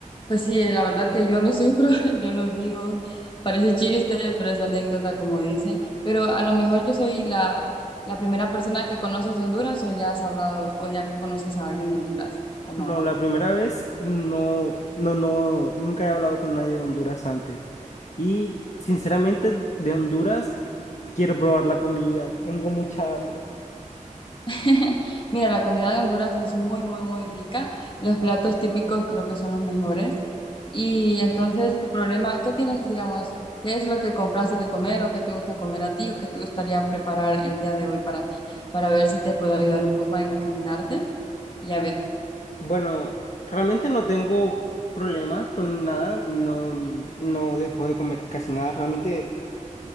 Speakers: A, on the left (about 40°); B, on the left (about 60°).
A: Pues sí, eh, la verdad que yo lo sufro, <laughs> yo lo vivo, parece chiste, pero es anécdota como dicen, pero a lo mejor yo soy la, la primera persona que conoces de Honduras o ya has hablado o ya conoces a alguien de Honduras o no.
B: No, la primera vez no, no, no, nunca he hablado con nadie de Honduras antes. Y sinceramente, de Honduras quiero probar la comida, tengo mucha hambre.
A: <laughs> Mira, la comida de Honduras es muy, muy, muy rica. Los platos típicos creo que son los mejores. Y entonces, tu problema, ¿qué tienes, digamos? ¿Qué es lo que compraste de comer o qué te gusta comer a ti o qué te gustaría preparar el día de hoy para ti? Para ver si te puedo ayudar un poco a encaminarte y a ver.
B: Bueno, realmente no tengo problemas con nada, no, no dejo de comer casi nada, realmente